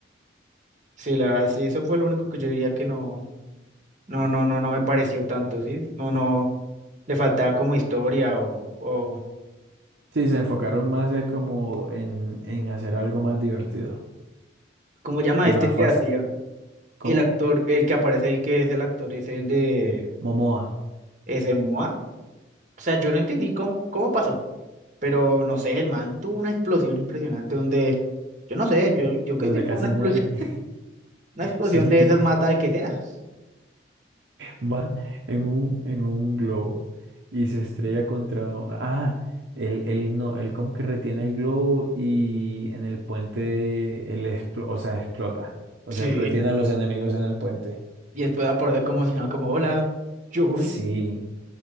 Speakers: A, on the right (about 40°); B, on the right (about 60°).
A: Sí, la verdad, sí, eso fue lo único que yo diría que no, no, no, no, no me pareció tanto, ¿sí? No, no, le faltaba como historia o, o,
B: Sí, se enfocaron más eh, como en, en hacer algo más divertido
A: ¿cómo llama
B: y
A: este
B: más
A: que
B: fácil.
A: hacía?
B: ¿Cómo?
A: El actor, el que aparece ahí, que es el actor, es el de,
B: Momoa,
A: es de Moa. O sea, yo no entendí cómo, cómo pasó, pero no sé, el man tuvo una explosión impresionante donde, yo no sé, yo, yo
B: donde
A: qué sé,
B: casi
A: fue una explosión,
B: muere. <laughs>
A: una explosión
B: Sí,
A: de
B: que
A: esas mata al que sea.
B: va en un, en un globo y se estrella contra... o- Ah, él, él no, él como que retiene el globo y en el puente, él explo- o sea, explota. O
A: Sí.
B: sea, él retiene a los enemigos en el puente.
A: Y después aparece como si no, como hola. <laughs> Yo, uy,
B: Sí,